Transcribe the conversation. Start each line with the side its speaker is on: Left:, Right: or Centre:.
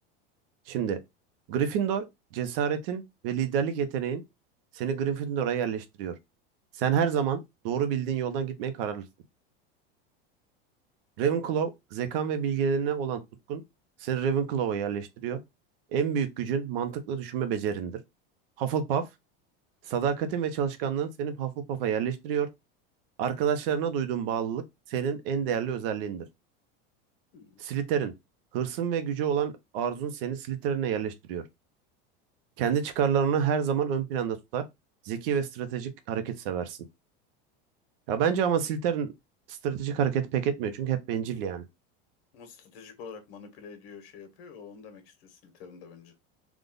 Right: Şimdi Gryffindor cesaretin ve liderlik yeteneğin seni Gryffindor'a yerleştiriyor. Sen her zaman doğru bildiğin yoldan gitmeye kararlısın. Ravenclaw, zekan ve bilgelerine olan tutkun seni Ravenclaw'a yerleştiriyor. En büyük gücün mantıklı düşünme becerindir. Hufflepuff, sadakatin ve çalışkanlığın seni Hufflepuff'a yerleştiriyor. Arkadaşlarına duyduğun bağlılık senin en değerli özelliğindir.
Left: Hmm.
Right: Slytherin, hırsın ve gücü olan arzun seni Slytherin'e yerleştiriyor. Kendi çıkarlarını her zaman ön planda tutar. Zeki ve stratejik hareket seversin. Ya bence ama Slytherin stratejik hareket pek etmiyor çünkü hep bencil yani.
Left: Ama stratejik olarak manipüle ediyor şey yapıyor. Onu demek istiyorsun Slytherin bence.